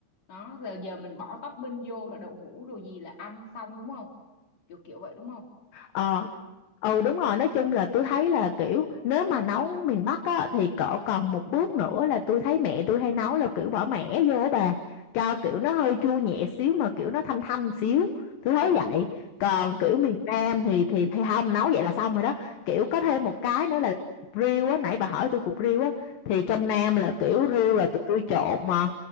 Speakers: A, on the left; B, on the left.
A: đó. giờ giờ mình bỏ topping vô là đậu hũ đồ gì là ăn xong đúng không kiểu kiểu vậy đúng không
B: ờ ừ đúng rồi nói chung là tôi thấy là kiểu nếu mà nấu miền Bắc á thì cỡ còn một bước nữa là tôi thấy mẹ tôi hay nấu là kiểu bỏ mẻ vô á bà cho kiểu nó hơi chua nhẹ xíu mà kiểu nó thanh thanh xíu tôi thấy
A: ờ
B: vậy còn kiểu miền Nam thì thì thì không nấu vậy là xong rồi đó kiểu
A: ừ
B: có thêm một cái nữa là riêu á nãy bà hỏi tôi cục riêu á thì
A: ừ
B: trong Nam là kiểu riêu là tụi tôi trộn mà